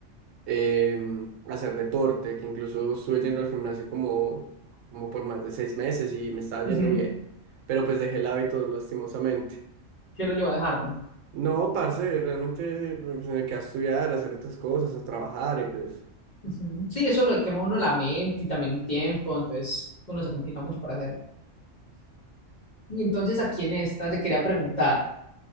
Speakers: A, on the right; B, on the left.
A: em, hacer deporte, que incluso estuve yendo al gimnasio como, como por más de seis meses y me estaba yendo
B: Ujú.
A: bien, pero pues dejé el hábito lastimosamente.
B: ¿Qué lo llevó a dejarlo?
A: No, parce, realmente eh, pues, me quedé a estudiar, a hacer otras cosas, a trabajar y pues...
B: Ujú. Sí, eso lo quema a uno la mente y también el tiempo, entonces uno se complica mucho para hacer. Y entonces aquí en esta te quería preguntar,